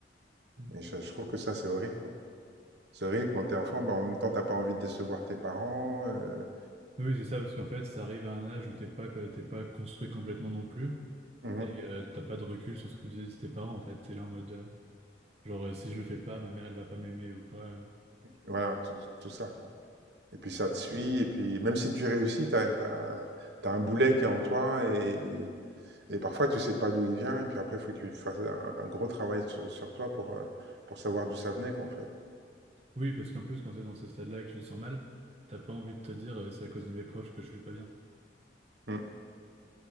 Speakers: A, on the right; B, on the right.
A: Mm.
B: Et je, je trouve que ça, c'est horrible, quoi. C'est horrible quand t'es enfant, bah, en même temps, t'as pas envie de décevoir tes parents. euh,
A: Oui, c'est ça, parce qu'en fait, ça arrive à un âge où t'es pas, que- t'es pas construit complètement non plus.
B: mhm.
A: Et euh, t'as pas de recul sur ce que disent tes parents, en fait. T'es là en mode. euh, Genre, euh, si je le fais pas, ma mère, elle va pas m'aimer ou quoi. euh.
B: Voilà, tout, tout ça, quoi. Et puis ça te suit, et puis même si tu réussis, t'as, t'as, t'as un boulet qui est en toi, et, et parfois tu sais pas d'où il vient, et puis après, il faut que tu fasses un, un gros travail sur, sur toi pour, euh, pour savoir d'où ça venait, quoi, en fait.
A: Oui, parce qu'en plus, quand c'est dans ce stade-là et que tu te sens mal, t'as pas envie de te dire, euh, c'est à cause de mes proches que je vais pas bien.
B: Mm.